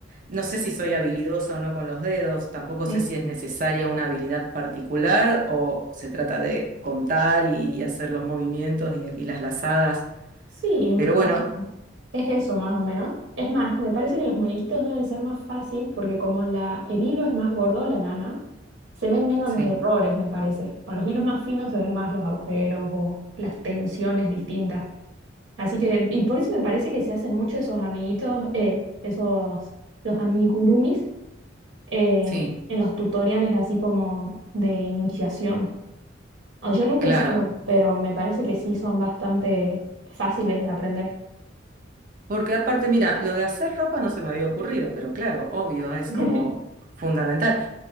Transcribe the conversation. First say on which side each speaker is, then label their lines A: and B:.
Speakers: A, on the right; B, on the right.
A: No sé si soy habilidosa o no con los dedos, tampoco
B: Mm.
A: sé si es necesaria una habilidad particular o se trata de contar y hacer los movimientos y, y las lazadas.
B: Sí, o
A: Pero bueno,
B: sea, es eso más o menos. Es más, me parece que los muñequitos deben ser más fácil porque como la, el hilo es más gordo, la lana, se ven menos
A: sí,
B: los errores, me parece. Con los hilos más finos se ven más los agujeros o las tensiones distintas. Así que, y por eso me parece que se hacen mucho esos amiguitos, eh, esos, los amigurumis, eh,
A: sí,
B: en los tutoriales así como de iniciación. O yo nunca
A: claro.
B: hice uno, pero me parece que sí son bastante fáciles de aprender.
A: Porque aparte, mira, lo de hacer ropa no se me había ocurrido, pero claro, obvio, es
B: <laughs>
A: como fundamental.